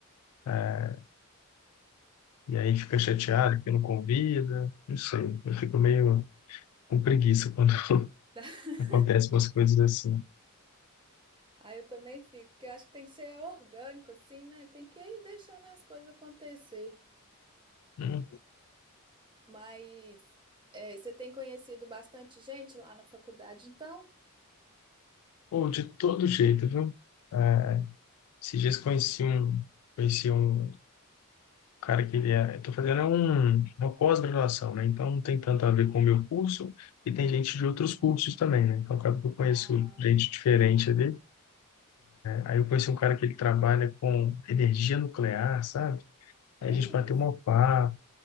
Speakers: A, on the left; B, on the right.
A: é, e aí fica chateado porque não convida. Não sei, eu fico meio com preguiça quando <laughs>
B: <laughs>
A: acontecem umas coisas assim.
B: Aí eu também fico, porque eu acho que tem que ser orgânico, assim, né? Tem que ir deixando as coisas acontecer.
A: Hum.
B: Mas é, você tem conhecido bastante gente lá na faculdade, então?
A: Ou de todo jeito, viu? É, Esses dias conheci um, conheci um cara que ele é, eu tô fazendo é um, uma pós-graduação, né? Então não tem tanto a ver com o meu curso e tem gente de outros cursos também, né? Então acaba que eu conheço
B: Ah,
A: gente diferente ali. né? Aí eu conheci um cara que ele trabalha com energia nuclear, sabe?
B: que
A: Aí a gente bateu
B: isso?
A: um papo,